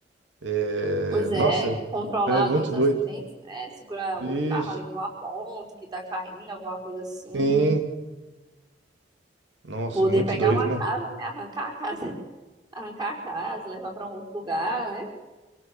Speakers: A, on the right (about 85°); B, on the right (about 25°).
A: É,
B: Pois
A: nossa,
B: é, controlar
A: é muito
B: ali os
A: doido.
B: acidentes, né? Segurar
A: Isso,
B: o carro ali numa ponte que tá caindo, alguma coisa assim.
A: sim. Nossa,
B: Poder
A: muito
B: pegar
A: doido,
B: uma
A: né?
B: casa, né? Arrancar a casa, <laughs> arrancar a casa, levar para um outro lugar, né?